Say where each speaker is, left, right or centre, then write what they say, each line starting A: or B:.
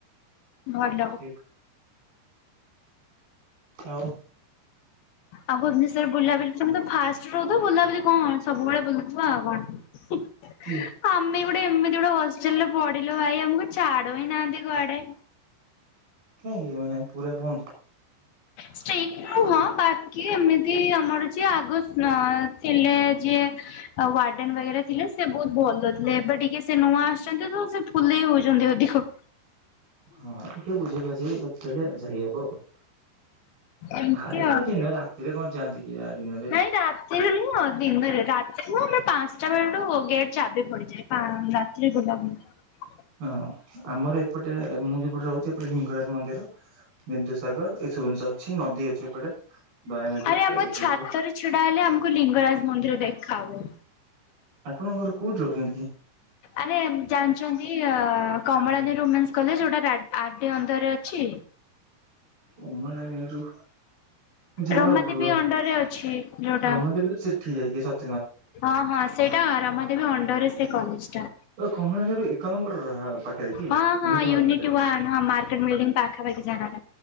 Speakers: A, on the left; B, on the right.
A: ଭଲ
B: ହଁ ଆଉ
A: ଆଉ ଭୁବନେଶ୍ୱର ବୁଲାବୁଲି ତମେ ଫାଷ୍ଟରୁ ତ ବୁଲାବୁଲି କଣ ସବୁବେଳେ ବୁଲୁଥିବ ଆଉ କଣ।
B: କି
A: ଆମ ଆମ ଗୋଟେ ଏମିତି ଗୋଟେ ହଷ୍ଟେଲରେ ପଢିଲୁ ଭାଇ ଆମକୁ ଛାଡୁ ହି ନାହାନ୍ତି କୁଆଡେ।
B: କାହିଁକି ମାନେ ପୁରା ବନ୍ଦ?
A: ଷ୍ଟ୍ରିଟ୍ ନୁହଁ ବାକି ଏମିତି ଆମର ଯିଏ ଆଗ ନା ଥିଲେ ଯିଏ ୱାର୍ଡେନ ବଗେରା ଥିଲେ ସେ ବହୁତ ଭଲଥିଲେ ବା ଟିକେ ସେ ନୂଆ ଆସିଛନ୍ତି ତ ସେ ଫୁଲେଇ ହଉଛନ୍ତି ଅଧିକ।
B: ହଁ ଟିକେ ବୁଝେଇ ବାଝି ରଖିଦେଲେ ଯାଇହବ ଆଉ।
A: ଏମିତି
B: ହାରେ କେ
A: ଆଉ।
B: ଦିନ ରାତିରେ କଣ ଯାଆନ୍ତି କି ଦିନ
A: ନାଇଁ ରାତିରେ ନୁହଁ ଦିନରେ ରାତିରେ ଆମର ପାଞ୍ଚଟା ବେଳୁ ଗେଟ ଚାବି ପଡିଯାଏ। ହଁ <unintelligible> <inaudible>
B: ହଁ ଆମର ଏପଟେ ମୁଁ ଯୋପଟେ ରହୁଛି ଏପଟେ ଲିଙ୍ଗରାଜ ମନ୍ଦିର ବିନ୍ଦୁସାଗର ସବୁ ଜିନିଷ ଅଛି ନଦୀ ଅଛି ଏପଟେ ଦୟା ନଦୀ
A: ଆରେ
B: ତ
A: ଆମ
B: ଏପଟେ
A: ଛାତରେ
B: ସବୁ
A: ଛିଡା ହେଲେ ଆମକୁ ଲିଙ୍ଗରାଜ ମନ୍ଦିର ଦେଖ ଖା ହୁଏ।
B: ଆପଣଙ୍କର କୋଉଠି ରହୁଛନ୍ତି କି?
A: ଆରେ ଜାଣିଛନ୍ତି ଅ କମଳା ନ ରୋମାସ କଲେ ଯୋଉଟା ଆରଡି ଅଣ୍ଡରରେ ଅଛି?
B: କମଳା ନେହେରୁ ଯାହାର
A: ରମାଦେବୀ
B: ବୁ ର
A: ଅଣ୍ଡରରେ ଅଛି ଯୋଉଟା।
B: ରମାଦେବୀ ତ ସେଠି ଯାଇକି ସ
A: ହଁ ହଁ ସେଇଟା ରମାଦେବୀ ଅଣ୍ଡରରେ ସେ କଲେଜ ଟା।
B: କମଳା ନେହେରୁ ଏକ ନମ୍ବର ପାଖରେ କି
A: ହଁ
B: ୟୁନିଟ
A: ହଁ
B: ୱାନ
A: ୟୁନିଟିୱନ୍
B: ପାଖରେ
A: ହଁ ମାର୍କେଟ ବିଲ୍ଡିଙ୍ଗ ପାଖାପଖି ଯଣା